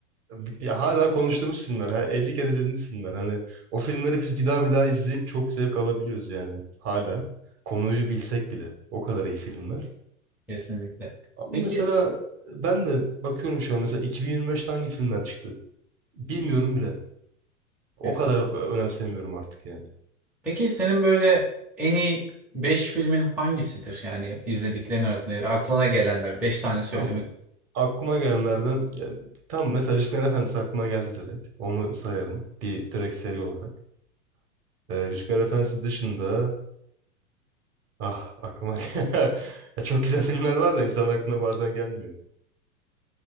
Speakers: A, on the right (about 40°); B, in the centre.
A: e, ya hala konuştuğumuz filmler. Ha, 50 kere dediğimiz filmler. Hani o filmleri biz bir daha bir daha izleyip çok zevk alabiliyoruz yani. Hala. Konuyu bilsek bile. O kadar iyi filmler.
B: Kesinlikle.
A: Ama
B: Peki,
A: mesela ben de bakıyorum şu an mesela 2025'te hangi filmler çıktı? Bilmiyorum bile. O
B: kesin.
A: kadar e, önemsemiyorum artık yani.
B: Peki senin böyle en iyi 5 filmin hangisidir? Yani izlediklerin arasında ya da aklına gelenler 5 tane söylemek
A: Tamam. Aklıma gelenlerden ya, tam mesela Yüzüklerin Efendisi aklıma geldi direkt. Onu sayarım. Bir direkt seri olarak. Ee, Yüzükler Efendisi dışında ah aklıma <laughs> ya çok güzel filmler var da insan aklına bazen gelmiyor.